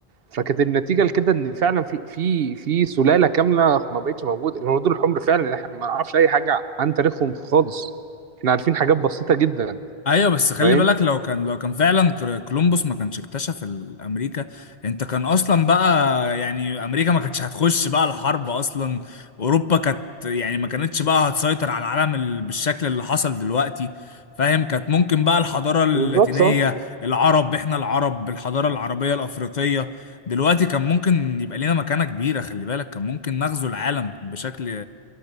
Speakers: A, on the right; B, on the left.
A: فكانت النتيجة لكده إن فعلا في في في سلالة كاملة ما بقتش موجودة الهنود الحمر فعلا احنا ما نعرفش أي حاجة عن تاريخهم خالص احنا عارفين حاجات بسيطة جدا
B: ايوه بس خلي
A: فاهم
B: بالك لو كان لو كان فعلا كر- كولومبوس ما كانش اكتشف ال- امريكا انت كان اصلا بقى يعني امريكا ما كانتش هتخش بقى الحرب اصلا اوروبا كانت يعني ما كانتش بقى هتسيطر على العالم ال- بالشكل اللي حصل دلوقتي فاهم كانت ممكن بقى الحضارة اللاتينية
A: بالظبط آه.
B: العرب احنا العرب بالحضارة العربية الافريقية دلوقتي كان ممكن يبقى لينا مكانة كبيرة خلي بالك كان ممكن نغزو العالم بشكل